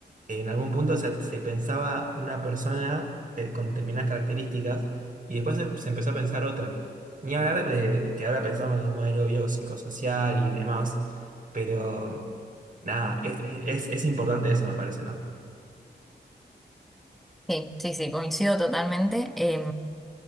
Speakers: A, on the right; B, in the centre.
A: En algún punto se, se pensaba una persona de- con determinadas características y después se, se empezó a pensar otra. Ni hablar de que ahora pensamos en un modelo biopsicosocial y demás, pero Nada, es, es, es importante eso, me parece, ¿no?
B: Sí, sí, sí, coincido totalmente. Eh,